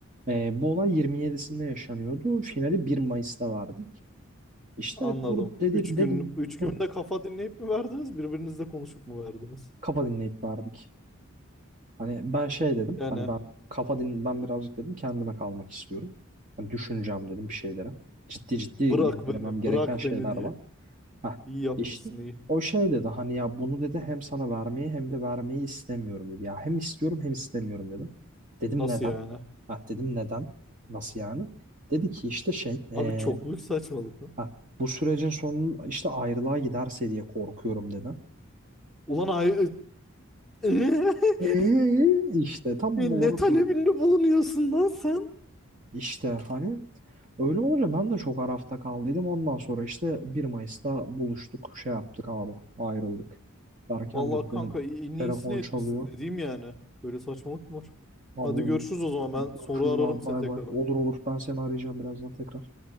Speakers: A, on the right; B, in the centre.
A: E, bu olay 27'sinde yaşanıyordu. Finali bir Mayıs'ta verdik. İşte
B: Anladım.
A: dur dedi,
B: Üç gün
A: dedim
B: üç günde
A: hı,
B: kafa dinleyip mi verdiniz? Birbirinizle konuşup mu verdiniz?
A: kafa dinleyip verdik. Hani ben şey dedim.
B: Yani
A: Hani ben kafa din ben birazcık dedim kendime kalmak istiyorum. Hani düşüneceğim dedim bir şeylere. Ciddi ciddi
B: bırak
A: irdelemem
B: beni,
A: gereken
B: bırak
A: şeyler
B: beni diye.
A: var. Heh,
B: İyi yapmışsın
A: işte
B: iyi.
A: o şey dedi hani ya bunu dedi hem sana vermeyi hem de vermeyi istemiyorum dedi. Ya hem istiyorum hem istemiyorum dedim. Dedim
B: Nasıl
A: neden?
B: yani?
A: Ha dedim neden? Nasıl yani? Dedi ki işte şey eee,
B: Abi çok büyük saçmalık lan.
A: ha, bu sürecin sonu işte ayrılığa giderse diye korkuyorum dedi.
B: Ulan ay <laughs>
A: Eee işte tam
B: E,
A: olarak
B: ne talebinde
A: öyle.
B: bulunuyorsun lan sen?
A: İşte hani öyle olunca ben de çok arafta kaldıydım. Ondan sonra işte bir Mayıs'ta buluştuk, şey yaptık abi, ayrıldık. Derken
B: Vallahi
A: dur
B: kanka
A: benim
B: i- en
A: telefon
B: iyisini etmişsin
A: çalıyor.
B: dediğim yani. Böyle saçmalık mı var?
A: Abi
B: Hadi
A: benim
B: görüşürüz o zaman ben
A: görüşürüz
B: sonra ararım
A: abi
B: seni
A: bay
B: tekrar.
A: bay. Olur olur ben seni arayacağım birazdan tekrar.